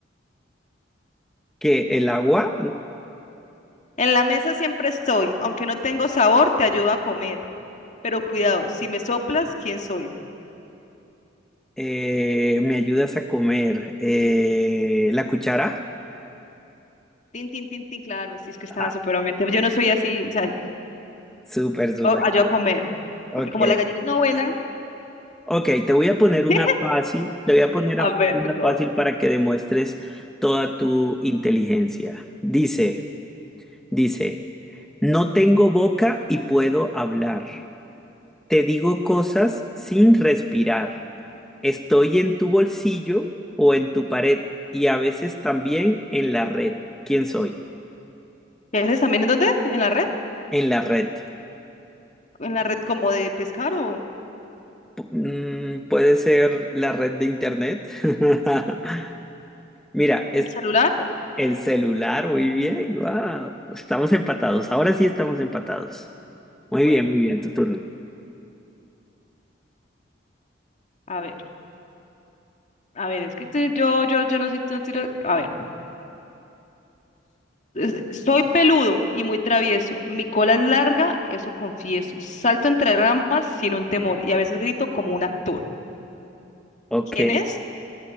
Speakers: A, in the centre; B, on the left.
A: Que el agua
B: En la mesa siempre estoy, aunque no tengo sabor, te ayudo a comer. Pero cuidado, si me soplas, ¿quién soy?
A: Eh, ¿me ayudas a comer? Eh, ¿la cuchara?
B: Tin, tin, tin, tin, claro, sí es que estaba
A: Ah,
B: superamente. Yo no soy así, o sea,
A: súper, súper.
B: yo ayudo
A: súper.
B: a comer.
A: Ok.
B: Porque como las gallinas no vuelan,
A: Ok, te voy a poner
B: <laughs>
A: una fácil. Te voy a poner
B: a
A: a-
B: ver,
A: una
B: tú co-
A: fácil para que demuestres toda tu inteligencia. Dice, dice, no tengo boca y puedo hablar. Te digo cosas sin respirar. Estoy en tu bolsillo o en tu pared y a veces también en la red. ¿Quién soy?
B: ¿qué haces también en dónde? ¿En la red?
A: En la red.
B: ¿En la red como de pescar o
A: Mm, puede ser la red de internet. <laughs> Mira, es
B: el celular?
A: el celular, muy bien, wow. Estamos empatados, ahora sí estamos empatados. Muy
B: Bueno,
A: bien, muy bien, tu turno.
B: a ver, a ver, es que te- yo, yo, yo no soy tan tiro- A ver. Es- Soy peludo y muy travieso. Mi cola es larga, eso confieso. Salto entre ramas sin un temor y a veces grito como un actor.
A: Ok.
B: ¿Quién es?